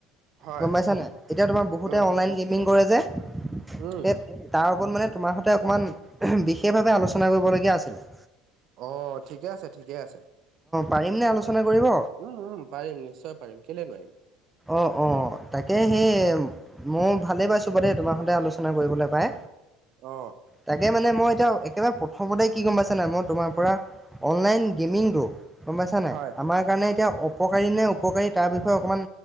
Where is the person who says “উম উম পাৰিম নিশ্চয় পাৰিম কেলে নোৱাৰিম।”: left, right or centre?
Right